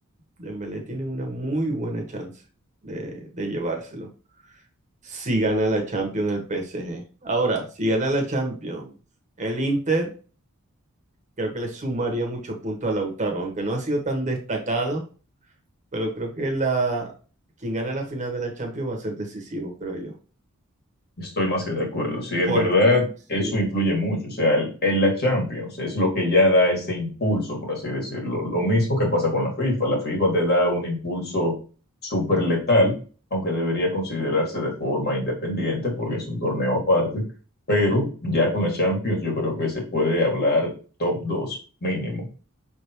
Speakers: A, on the right; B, on the left.
A: Dembélé tiene una muy buena chance de, de llevárselo. si gana la Champions el PSG. Ahora, si gana la Champions, el Inter creo que le sumaría muchos puntos a Lautaro, aunque no ha sido tan destacado, pero creo que la quien gane la final de la Champions va a ser decisivo, creo yo.
B: Estoy más que de acuerdo. Sí, en
A: Por
B: verdad
A: sí,
B: eso influye mucho. O sea, el- en la Champions es lo que ya da ese impulso, por así decirlo. Lo mismo que pasa con la FIFA. La FIFA te da un impulso súper letal, aunque debería considerarse de forma independiente porque es un torneo aparte. Pero ya con la Champions yo creo que se puede hablar top 2 mínimo.